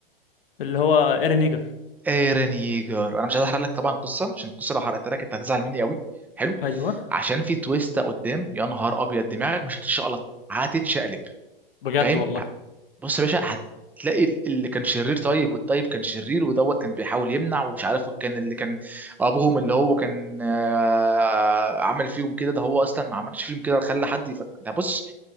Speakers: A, on the left (about 70°); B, in the centre.
A: اللي هو ايرين نيجر
B: ايرن ييجر انا مش عايز احرق لك طبعا قصه عشان القصه لو حرقت لك انت هتزعل مني قوي حلو
A: ايوه
B: عشان في تويستا قدام يا نهار ابيض دماغك مش هتتشقلط هتتشقلب
A: بجد
B: فاهم
A: والله
B: ه- بص يا باشا هتلاقي ال- اللي كان شرير طيب والطيب كان شرير ودوت كان بيحاول يمنع ومش عارف كان اللي كان ابوهم اللي هو كان آه، عمل فيهم كده ده هو اصلا ما عملش فيهم كده خلى حد يفكر ده بص